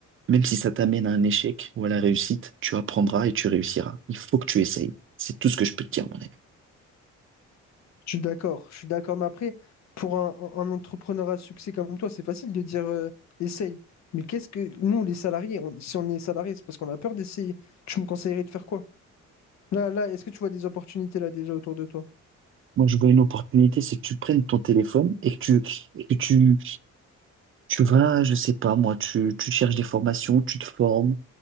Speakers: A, on the right; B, on the left.
A: Même si ça t'amène à un échec ou à la réussite, tu apprendras et tu réussiras. Il faut que tu essayes. C'est tout ce que je peux te dire, mon ami.
B: Je suis d'accord, je suis d'accord. Mais après, pour un, un- un entrepreneur à succès comme toi, c'est facile de dire euh, essaye. Mais qu'est-ce que nous, les salariés, on- si on est salarié, c'est parce qu'on a peur d'essayer. Tu me conseillerais de faire quoi? Là, là, est-ce que tu vois des opportunités là déjà autour de toi?
A: Moi, je vois une opportunité, c'est que tu prennes ton téléphone et que tu, et que tu, tu vas, je sais pas, moi, tu, tu cherches des formations, tu te formes,